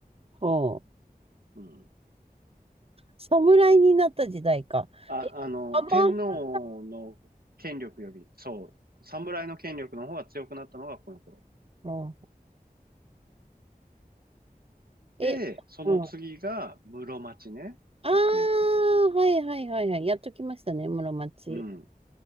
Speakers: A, on the right; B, on the right.
A: はあ。
B: うん。
A: 侍になった時代か。
B: あ、
A: え、
B: あの、
A: 鎌倉
B: 天皇の権力より、そう、侍の権力の方が強くなったのがこの頃。
A: あえ、
B: で、その次が室町ね。
A: うん。あ
B: さっき言ってた。
A: あ、はいはいはいはい。やっときましたね、室町。
B: うん。